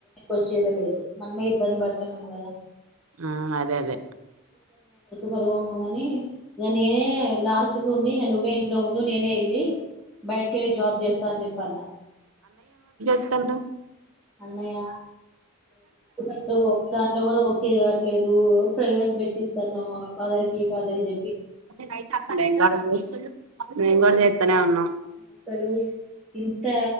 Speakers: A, in the centre; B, on the right.
A: వచ్చేదే లేదు మనమే ఇబ్బంది పడుతున్నాం కదా
B: మ్మ్ అదే అదే
A: పరువమ్మ కాని ఇ నేనే లాస్ట్ క ఉండి నువ్వే ఇంట్లో ఉండు నేనే వెళ్ళి బయటకెళ్ళి జాబ్ చేస్తా అని చెప్ప అన్న
B: హలో
A: అన్నయ వెండు దాంట్లో కూడా ఒకే కావట్లేదు మ్మ్ ప్రేయర్స్ బెట్ స్తున్నా ఫాదర్ కి ఫాదర్ కి చెప్పి
B: మేం కూడా చూస్ మేం కూడా చేత్తనే ఉన్నాం
A: అసలు ఇంత